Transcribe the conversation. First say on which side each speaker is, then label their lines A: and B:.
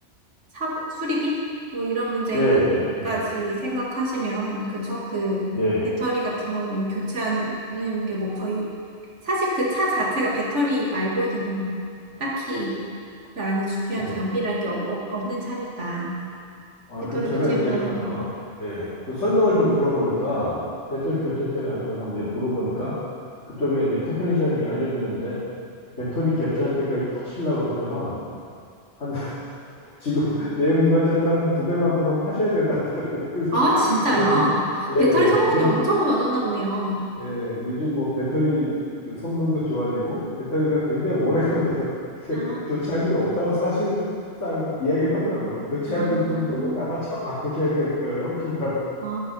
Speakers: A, on the right; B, on the left.
A: 사, 수리비? 뭐, 이런 문제까지
B: 예, 예, 예.
A: 생각하시면, 그쵸? 그,
B: 네.
A: 배터리 같은 거는 교체하는 게 뭐 거의, 사실 그 차 자체가 배터리 말고는 뭐, 딱히 그 안에 중요한
B: 네.
A: 장비랄 게 없, 없- 없는 차니까.
B: 아,
A: 배터리
B: 그 제가
A: 교체
B: 이제
A: 비용이.
B: 가서 네. 그 설명을 좀 들어보니까 배터리 교체 때문에 안 그래도 한번 물어보니까 그쪽에 이제 테크니션이 알려주는데 배터리 교체할 때까지 타실라 그러면 한 <laughs> 지금 내연기관차 타는 거 두 배만큼은 타셔야 된다고 그러더라고요. 그래서
A: 아, 진짜요?
B: 그러면
A: 배터리
B: 예,
A: 성능이
B: 그 정도
A: 엄청 좋아졌나 보네요.
B: 예, 요즘 뭐 배터리 그 성능도 좋아지고 배터리가 굉장히 오래 간대요. <laughs> 그
A: 아,
B: 교체할 일이 없다고 사실상 이야기를 하더라고요. 교체할
A: 아.
B: 때쯤 되면 아마 차 바꾸셔야 될 거예요. 그러더라고요.
A: 아,